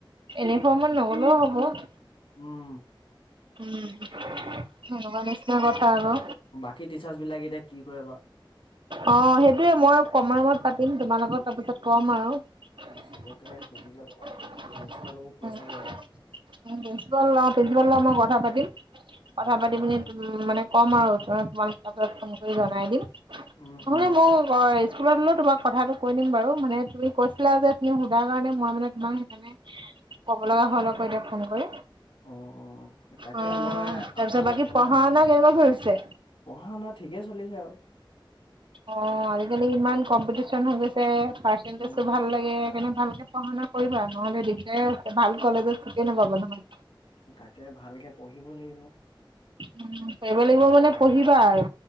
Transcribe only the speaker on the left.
উম
বাকী টিচাৰ্চ বিলাকে এতিয়া কি কৰে বা
অ চবকে সুধি ল'ব আপুনি প্ৰিন্সিপালকো কৈ চাব এবাৰ
অ',
উম,
উম,
অ', অ', তাকে
মই
আপোনালৈ
ফোন
এটা মাৰিম
বাকী,
পঢ়া শুনা ঠিকে চলিছে আৰু।
উম,
তাকে ভালকে পঢ়িব লাগিব।